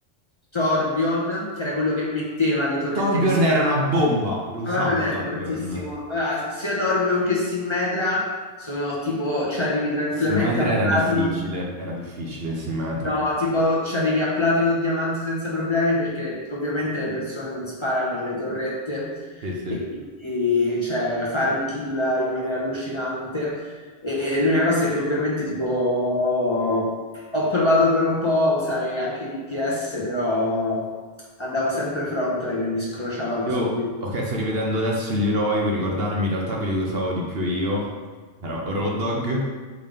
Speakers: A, on the left (about 25°); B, on the right (about 55°).
A: Torbjorn, che era quello che metteva le torrette
B: Torbjorn
A: che sparava.
B: era una bomba, lo usavo
A: Thorbion è
B: Torbjorn.
A: fortissimo. Allora, sia Thorbion che Simmetra sono tipo, ci arrivi tranquillamente
B: Simmetra
A: a
B: era
A: Platinum.
B: difficile, era difficile Simmetra.
A: No, tipo ci arrivi a platino o diamante senza problemi perché ovviamente le persone non sparano alle torrette
B: Sì, sì.
A: e quindi cioè, farmi kill in maniera allucinante. E l'unica cosa è che ovviamente tipo ho provato per un po' a usare anche l'IPS, però andavo sempre frontline e mi scrociavano
B: Io,
A: subito.
B: ok, sto rivedendo adesso gli eroi per ricordarmi in realtà quelli che usavo di più io. Era Road Dogg